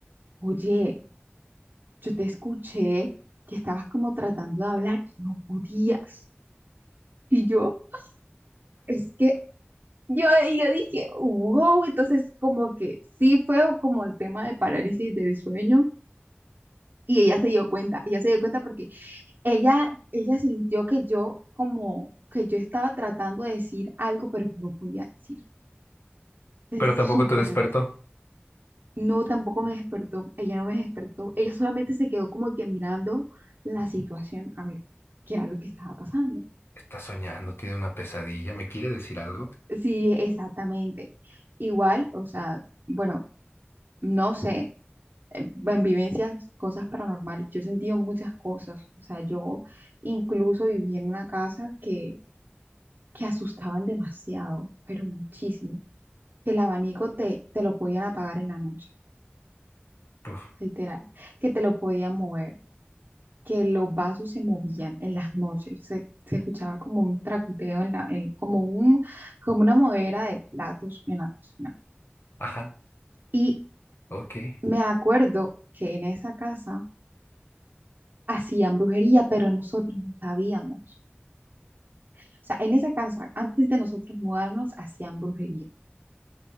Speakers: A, on the right (about 50°); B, on the left (about 70°).
A: oye, yo te escuché que estabas como tratando de hablar y no podías. Y yo, es que yo, y yo dije, wow, entonces como que sí fue como el tema de parálisis del sueño. Y ella se dio cuenta, ella se dio cuenta porque Ella, ella sintió que yo como que yo estaba tratando de decir algo, pero yo no podía decir. Es
B: Pero tampoco
A: súper
B: te despertó.
A: raro. No, tampoco me despertó. Ella no me despertó. Ella solamente se quedó como que mirando la situación a ver qué era lo que estaba pasando.
B: Está soñando, tiene una pesadilla, ¿me quiere decir algo?
A: Sí, exactamente. Igual, o sea, bueno, no sé, eh, en vivencias, cosas paranormales, yo he sentido muchas cosas. O sea, yo incluso viví en una casa que, que asustaban demasiado, pero muchísimo. que el abanico te, te lo podían apagar en la noche,
B: Uf,
A: literal, que te lo podían mover, que los vasos se movían en las noches, se, se escuchaba como un tracuteo en la, en- como un, como una movera de platos en la cocina.
B: ajá,
A: Y
B: ok.
A: me acuerdo que en esa casa hacían brujería, pero nosotros no sabíamos. O sea, en esa casa, antes de nosotros mudarnos, hacían brujería.